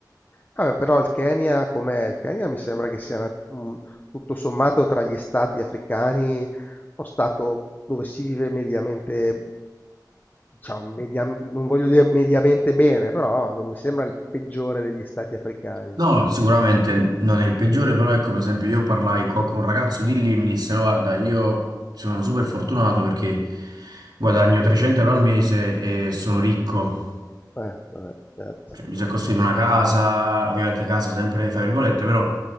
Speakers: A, on the left; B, on the right.
A: vabbè, però il Kenya com'è? Il Kenya mi sembra che sia una- un- tutto sommato tra gli stati africani uno stato dove si vive mediamente, diciamo, media- non voglio dire mediamente bene, però non mi sembra il peggiore degli stati africani.
B: No, sicuramente non è il peggiore, però ecco, per esempio, io parlai co- con un ragazzo di lì e mi disse, no, guarda, io sono super fortunato perché guadagno 300 euro al mese e sono ricco.
A: Eh, vabbè, certo.
B: Cioè, lui si è costruito una casa, ovviamente casa sempre fra virgolette, però